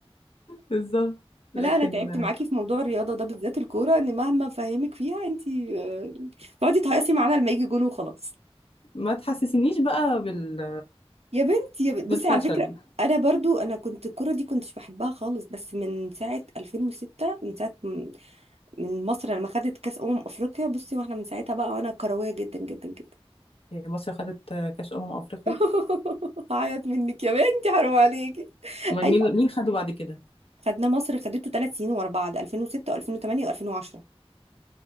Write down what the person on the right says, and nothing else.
لا انا تعبت معاكي في موضوع الرياضة ده بالذات الكورة ان مهما فهمك فيها انت بتقعدي تهيصي معانا لما يجي جون وخلاص
يا بنتي يا بنت بصي
على فكرة انا برضو انا كنت الكرة دي كنتش بحبها خالص بس من ساعة 2006 من ساعة م- من مصر لما خدت كاس امم افريقيا بصي واحنا من ساعتها بقى وانا كروية جدا جدا جدا
<laughs> هعيط منك يا بنتي حرام عليكي
ايوه
خدنا مصر خدته ثلاث سنين ورا بعض 2006 و2008 و2010